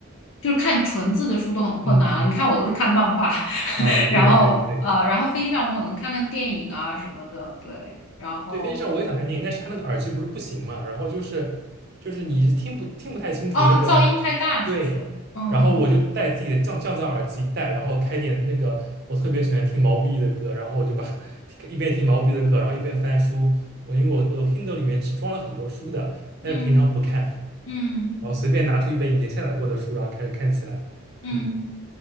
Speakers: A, on the left (about 65°); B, on the right (about 50°).
A: 就是看纯字的书都很困难了。
B: 嗯嗯
A: 你看我都是看漫画，<laughs>
B: 嗯，啊，
A: 然后呃，
B: 对对对。
A: 然后飞机上我可能看看电影啊什么的，对。然后
B: 对，飞机上我也想看电影，但是他那个耳机不是不行嘛，然后就是就是你听不听不太清楚那个
A: 哦，噪音太大是不是？
B: 对，
A: 嗯
B: 然后我就带自己的降降噪耳机一戴，然后开点那个我特别喜欢听毛不易的歌，然后我就把 <laughs> 一边听毛不易的歌，然后一边翻书。我因为我我的 Kindle 里面是装了很多书的，但是平常不看，
A: 嗯嗯
B: 然后随便拿出一本以前下载过的书，然后开始看起来。
A: 嗯。
B: 嗯，